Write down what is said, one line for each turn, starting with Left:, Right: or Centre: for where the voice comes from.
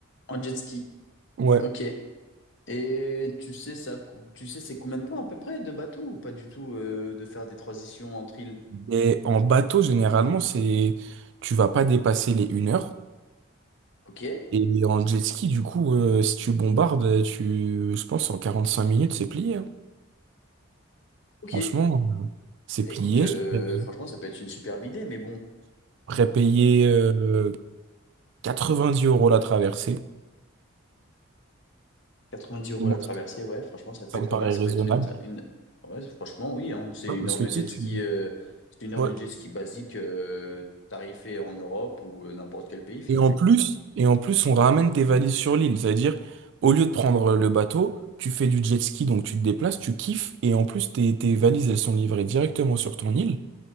Left: En jet ski,
Right: Ouais.
Left: ok. Et tu sais ça, cou- tu sais c'est combien de temps à peu près de bateau ou pas du tout euh, de faire des transitions entre îles?
Right: Et en bateau, généralement, c'est tu vas pas dépasser les une heure.
Left: Ok,
Right: Et en jet ski, du coup, euh, si tu bombardes, tu... je pense en 45 minutes, c'est plié. hein.
Left: ok.
Right: Franchement, euh, c'est
Left: Bah,
Right: plié.
Left: Écoute, euh,
Right: Je paye-
Left: franchement, ça peut être une superbe idée, mais bon.
Right: Prépayé euh, 90 euros la traversée.
Left: 90 euros
Right: Moi,
Left: la traversée, ouais, franchement, ça peut
Right: ça
Left: être
Right: me
Left: pas
Right: paraît
Left: mal. Ça
Right: raisonnable.
Left: peut être une, tra- une... Ouais, franchement, oui, hein. C'est
Right: Ouais,
Left: une
Right: parce
Left: heure
Right: que
Left: de
Right: tu sais,
Left: jet
Right: tu...
Left: ski, euh, c'est une heure
Right: ouais,
Left: de jet ski basique, euh, tarifée en Europe ou euh, n'importe quel pays finalement.
Right: Et en plus, et en plus, on ramène tes valises sur l'île. C'est-à-dire, au lieu de prendre le bateau, tu fais du jet ski, donc tu te déplaces, tu kiffes, et en plus, tes, tes valises, elles sont livrées directement sur ton île.